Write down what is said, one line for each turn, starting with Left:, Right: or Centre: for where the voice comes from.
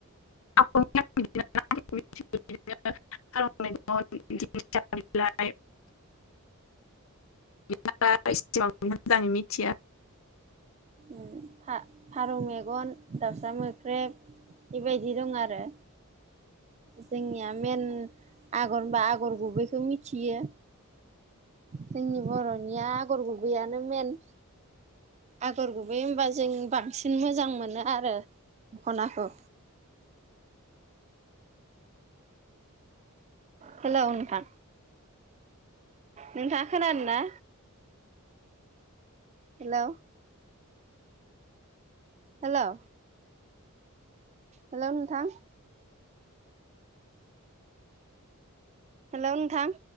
Left: <unintelligible> माय नोंथाल सिमां मोजाङ मिथिया
Right: ओम फारौ मेगन दाउसा मोख्रेब बेबायदि दं आरो जोंनिया मेन आगरबा आगर गुबैखौ मिथियो जोंनि बर'निया आगर गुबैयानो मेन आगर गुबै होमबा जों बांसिन मोजां मोनो आरो दखनाखौ हेल' नोंथां नोंथाङा खोनादों ना? हेल' हेल' हेल' नोंथां हेल' नोंथां